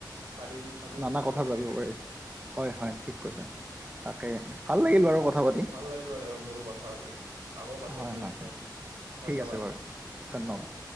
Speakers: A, on the right; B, on the right.
A: শাৰীৰিক ভাৱেও
B: নানা
A: সুস্থ
B: কথা
A: হৈ
B: জাবিব
A: থাকে
B: পাৰি হয়- হয় ঠিক কৈছা তাকে ভাল লাগিল বাৰু কথা পাতি
A: ভাল লাগিল বাৰু মোৰো কথা পাতি আকৌ পাতিম
B: হয়-
A: নিশ্চয়
B: হয়
A: ধন্যবাদ
B: ঠিক আছে বাৰু, ধন্যবাদ।